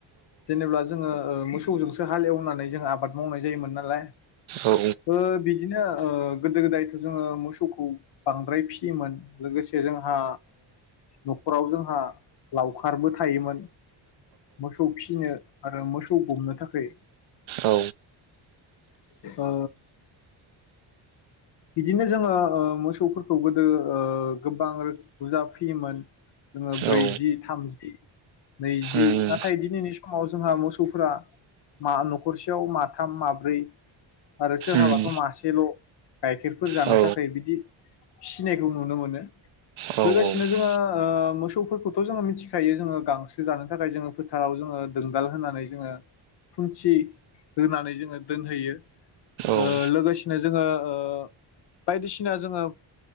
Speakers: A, on the left; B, on the right.
A: जेनेब्ला जोंङो ओ मोसौजोंसो हालेवनानै जों आबाद मावनाइ जाय़ोमोन नालाइ। लाय
B: औ
A: ओ बि बिदिनो ओ गोदो गोदायथ' जोङो मोसौखौ बांद्राय फिसियोमोन लोगोसे जोंहा न'खराव जोंहा लावखारबो थायोमोन मोसौ फिसिनो आरो मोसौ गुमनो थाखाय
B: औ
A: ओ बिदिनो जोङो ओ मोसौफोरखौ गोदो गोबां रोख बुरजा फियोमोन जोङो ब्रैजि
B: औ
A: थामजि नैजि
B: उम
A: नाथाय दिनैनि समाव जोंहा मोसौफोरा मा नखरसेयाव माथाम माब्रै आरो सोरहाबाथ
B: उम
A: मासेल गाइखेरफोर जानो
B: औ
A: थाखाय बिदि फिनायखौ नुनो मोनो
B: औ
A: लोगोसेनो
B: औ
A: जोङो मोसौफोरखौथ जोङो मिथिखायो जोङो गांसो जानो थाखाय जोङो फोथाराव जोङो दोलदाल होनानै जोङो खुन्थि होनानै जोङो दोनहैयो ओ
B: औ
A: लोगोसेनो जोङो ओ बायदिसिना जोङो